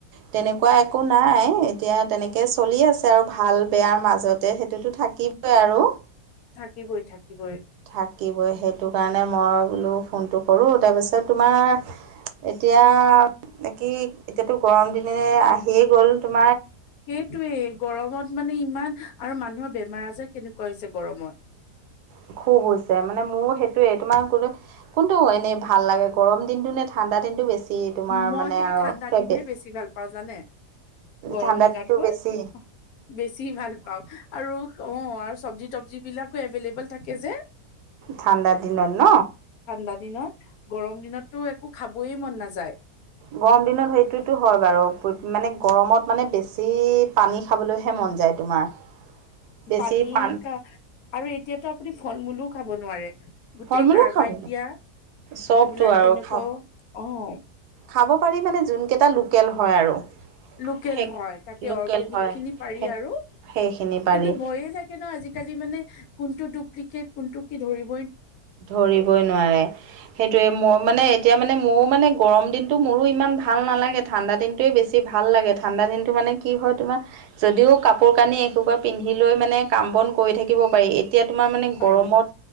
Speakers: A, on the right; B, on the left.
A: তেনেকোৱা একো নাই এতিয়া তেনেকে চলি আছে আৰু ভাল বেয়াৰ মাজতে সেইটোতো থাকিবই আৰু
B: থাকিবই থাকিবই
A: থাকিবৈ সেইটো কাৰণে মই বোলো ফোনটো কৰোঁ তাৰপিছত তোমাৰ এতিয়া কি এতিয়াতো গৰম দিনে আহিয়ে গ'ল তমাৰ
B: সেইটোৱে গৰমত মানে ইমান আৰু মানুহৰ বেমাৰ আজাৰ কেনেকোৱা হৈছে গৰমত
A: সুখ হৈছে মানে মোৰ সেইটোয়ে তোমাৰ ক কোনটো এনেই ভাল লাগে। গৰম দিনটো নে ঠাণ্ড দিনটো বেছি? তোমাৰ
B: মই
A: মানে
B: কিন্তু
A: আৰু
B: ঠাণ্ডা
A: ফেভৰেট
B: দিনহে বেছি ভাল পাওঁ, জানে? গৰম
A: ঠাণ্ডা
B: দিনতকৈ
A: দিনটো বেছি
B: বেছি ভাল পাওঁ আৰু অ আৰু চব্জি তবজি বিলাকো এভেইলেবল থাকে যে।
A: ঠাণ্ডা দিনত ন
B: ঠাণ্ডা দিনত গৰম দিনতটো একো খাব বৈ মন নাযায়।
A: গৰম দিনত সেইটোতো হয় বাৰু মানে গৰমত মানে বেছি পানী খাবলৈহে মন যায় তোমাৰ বেছি
B: পানী
A: পান
B: খা আৰু এতিয়াতো আপুনি ফল মূলো খাব নোৱাৰে। গোটেই
A: ফল মূলো
B: কাৰ্বাই
A: খাব
B: দিয়া
A: চবতো
B: এইবিলাক
A: আৰু
B: তেনেকোৱাও
A: খাব
B: অহ।
A: খাব পাৰি মানে যোনকেইটা লোকেল হয় আৰু
B: লোকেল
A: সেই
B: হয় তাকে
A: লোকেল
B: অৰ্গেনিক
A: হয়
B: খিনি পাৰি
A: সেই
B: আৰু
A: সেইখিনি পাৰি
B: কিন্তু ভয়ে লাগে ন আজিকালি মানে কোনটো ডুপ্লিকেট কোনটো কি ধৰিব
A: ধৰিবই নোৱাৰে সেইটোয়ে মই মানে এতিয়া মানে মোৰও মানে গৰম দিনতটো মোৰো ইমান ভাল নালাগে ঠাণ্ডা দিনটোয়ে বেছি ভাল লাগে ঠাণ্ডা দিনটো মানে কি হয় তোমাৰ যদিও কাপোৰ কানি এঘোবা পিন্ধি লৈ মানে কাম বন কৰি থাকিব পাৰি। এতিয়া তোমাৰ মানে
B: পাৰি।
A: গৰমত